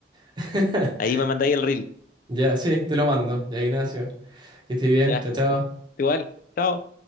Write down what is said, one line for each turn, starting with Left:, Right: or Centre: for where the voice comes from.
Right: <laughs>
Left: Ahí me mandáis el reel.
Right: Ya, sí, te lo mando. Ya, Ignacio. Que estés bien.
Left: Ya,
Right: Chao, chao.
Left: igual, chao.